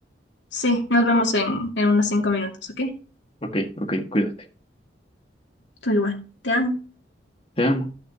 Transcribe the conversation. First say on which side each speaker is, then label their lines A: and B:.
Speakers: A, on the left; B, on the left.
A: Sí, nos vemos en, en unos cinco minutos, ¿ok?
B: Ok, ok, cuídate.
A: Tú igual, te amo.
B: Te amo.